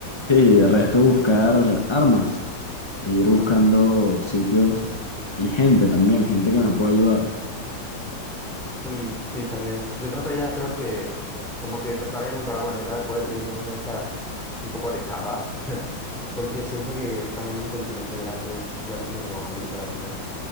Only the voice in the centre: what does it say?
Sí, sí, también. Yo trataría, creo que, como que tratar de encontrar la manera de poder irme a una isla un poco alejada, <laughs> porque siento que estando en un continente grande, especialmente como América Latina,